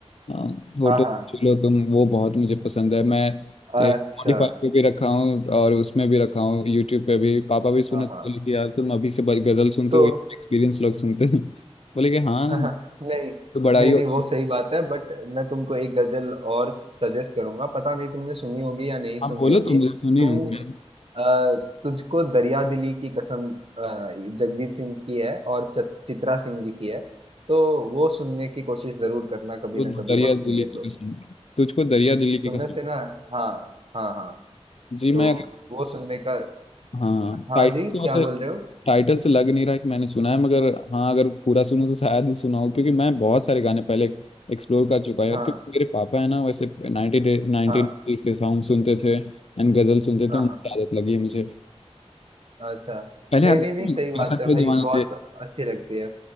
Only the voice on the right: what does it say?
हाँ हाँ
अच्छा
हाँ
हाँ
तो
<laughs>
हाँ, नहीं
नहीं
नहीं वो
सही बात है बट मैं तुमको एक गजल और सजेस्ट करूंगा पता नहीं तुमने सुनी होगी या नहीं सुनी
होगी
तुम
अ, तुझको दरिया दिली की कसम अ, जगजीत सिंह की है और च, चित्रा सिंह जी की है तो वो सुनने की कोशिश जरूर करना कभी
ना कभी
वक्त मिले
तो
तुमने
सुना हाँ हाँ हाँ
तो
वो सुनने का
हाँ
जी क्या बोल रहे हो
हाँ
हाँ
हाँ
हाँ
अच्छा
नहीं
नहीं
नहीं सही बात
है
भाई
बहुत
अच्छी लगती है